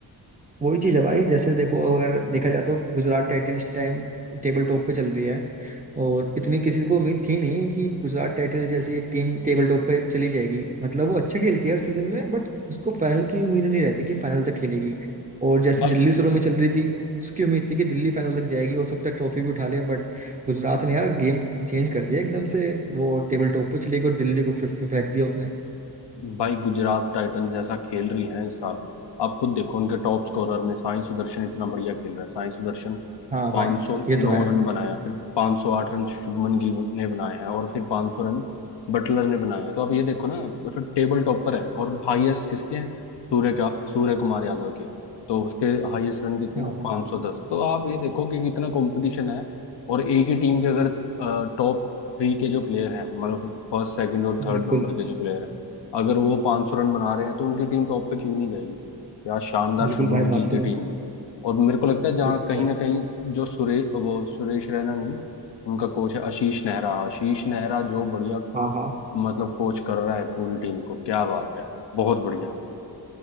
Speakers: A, on the right; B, on the left.
A: वही चीज है भाई जैसे देखो अगर देखा जाए तो Gujarat Titans time table top पे चल रही है और इतनी किसी को उम्मीद थी नहीं कि गुजरात टाइटंस जैसी टीम टेबल टॉप पे चली जाएगी मतलब वो अच्छा खेलती है हर सीजन में बट उसको फाइनल की उम्मीद नहीं रहती कि फाइनल तक खेलेगी और जैसे
B: भाई
A: दिल्ली शुरू में चल रही थी उसकी उम्मीद थी कि दिल्ली फाइनल तक जाएगी हो सकता है ट्रॉफी भी उठा ले बट गुजरात ने यार गेम चेंज कर दिया एकदम से वो टेबल टॉप पे चली गई और दिल्ली को फिफ्थ में फेंक दिया उसने
B: भाई गुजरात टाइटंस जैसा खेल रही हैं इस साल आप खुद देखो उनके टॉप स्कोरर में साई सुदर्शन इतना बढ़िया खेल रहा है साई सुदर्शन
A: हाँ
B: 509
A: भाई ये तो है
B: रन बनाया फिर 508 रन शुभमन गिल ने बनाए हैं और फिर 500 रन बटलर ने बनाए हैं तो आप ये देखो ना मतलब टेबल टॉपर है और हाईएस्ट किसके हैं सूर्य का सूर्य कुमार यादव के तो उसके हाईएस्ट रन कितने
A: हाँ
B: हैं
A: हाँ,
B: 510 तो आप ये देखो कि कितना कंपटीशन है और एक ही टीम के अगर टॉप थ्री के जो प्लेयर हैं मतलब फर्स्ट सेकंड और थर्ड
A: बिल्कुल
B: नंबर के जो प्लेयर हैं अगर वो 500 रन बना रहे हैं तो उनकी टीम टॉप पे क्यों नहीं जाएगी क्या शानदार
A: बिल्कुल
B: शुभमन
A: भाई
B: गिल
A: बात
B: की
A: करो
B: टीम है और मेरे को लगता है जहाँ
A: बिल्कुल
B: कहीं
A: भाई
B: ना कहीं जो सुरे वो सुरेश रैना नहीं उनका कोच है आशीष नेहरा आशीष नेहरा जो बढ़िया
A: हाँ हाँ
B: मतलब कोच कर रहा है पूरी टीम को क्या बात है यार बहुत बढ़िया